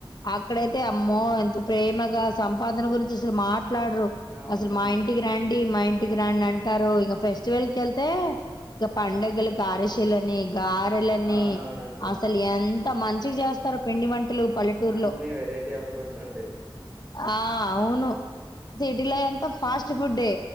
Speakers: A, on the left; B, on the right.
A: అక్కడైతే అమ్మో ఎంత ప్రేమగా సంపాదన గురించి అసలు మాట మాట్లాడరు
B: అవునవునక్క
A: అసలు మా ఇంటికి రండి మా ఇంటి ఇంటి కి రండి అంటారు ఇగ ఫెస్టివల్ కి వెళ్తే ఇగ పండుగలకి అరిశలని గారెలని
B: అవునవునక్క
A: అసలు ఎంత ఎంత మంచిగా చేస్తారో పిండి వంటలు పల్లెటూరులో.
B: అన్ని వెరైటీ ఆఫ్ ఫుడ్స్ ఉంటాయి
A: ఆ అవును సిటీలో అంత ఫాస్ట్ పుడే